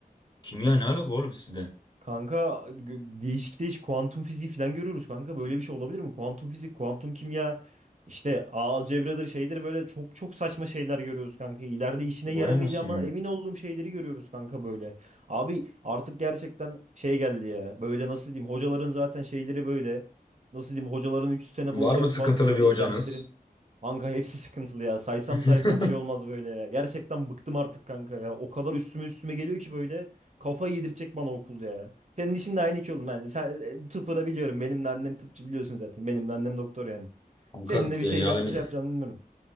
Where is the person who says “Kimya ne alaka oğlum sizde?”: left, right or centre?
Left